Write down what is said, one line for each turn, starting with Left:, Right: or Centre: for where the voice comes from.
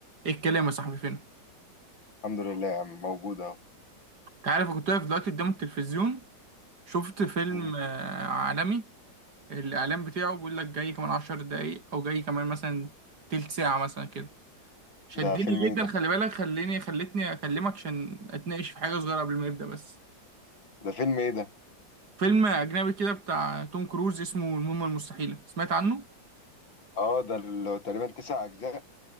Right: ايه الكلام يا صاحبي فين انت
Left: الحمد لله يا عم موجود اهو
Right: عارف أنا كنت واقف دلوقتي قدام التلفزيون شفت فيلم
Left: مم.
Right: آه، عالمي الاعلان بتاعه بيقول لك جاي كمان عشر دقايق او جاي كمان مثلا تلت ساعة مثلا كده شدني
Left: ده فيلم ايه
Right: جدا
Left: ده
Right: خلي بالك خليني خلتني اكلمك عشان اتناقش في حاجة صغيرة قبل ما يبدأ بس
Left: ده فيلم ايه ده
Right: فيلم اجنبي كده بتاع توم كروز اسمه المهمة المستحيلة سمعت عنه؟
Left: اه ده اللي هو تقريبا تسع اجزاء